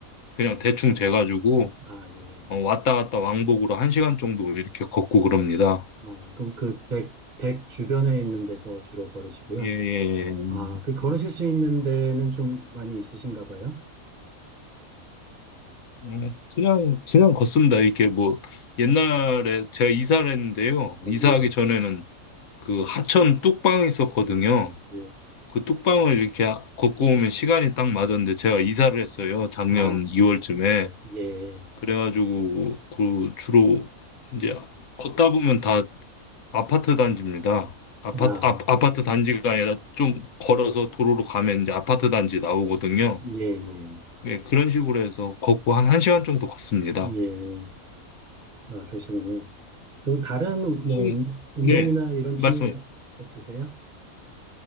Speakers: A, on the left; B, on the right.
A: 그냥 대충 재가지고
B: 아, 예.
A: 어, 왔다 갔다 왕복으로 한 시간 정도 이렇게 걷고 그럽니다.
B: 아, 그럼 그 댁, 댁 주변에 있는 데서 주로 걸으시고요.
A: 예, 예,
B: 아, 그 걸으실
A: 예.
B: 수 있는 데는 좀 많이 있으신가 봐요?
A: 네, 그냥 그냥 걷습니다. 이렇게 뭐 옛날에 제가 이사를 했는데요.
B: 네,
A: 이사하기
B: 예.
A: 전에는 그 하천 뚝방이 있었거든요.
B: 예.
A: 그 뚝방을 이렇게 걷고 오면 시간이 딱 맞았는데 제가 이사를 했어요. 작년
B: 아,
A: 2월쯤에.
B: 예.
A: 그래가지고 그 주로 이제 걷다 보면 다 아파트 단지입니다. 아파트
B: 아,
A: 아, 아파트 단지가 아니라 좀 걸어서 도로로 가면 이제 아파트 단지 나오거든요.
B: 예, 예.
A: 예, 그런 식으로 해서 걷고 한 1시간 정도 걷습니다.
B: 예. 아, 그러시군요. 그리고 다른 뭐
A: 음,
B: 운- 운동이나
A: 네,
B: 이런 취미
A: 말씀해.
B: 없- 없으세요?